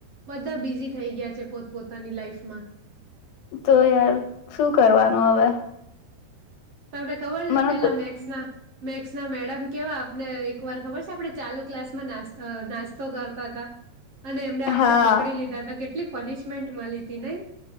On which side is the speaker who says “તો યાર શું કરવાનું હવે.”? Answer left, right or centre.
Left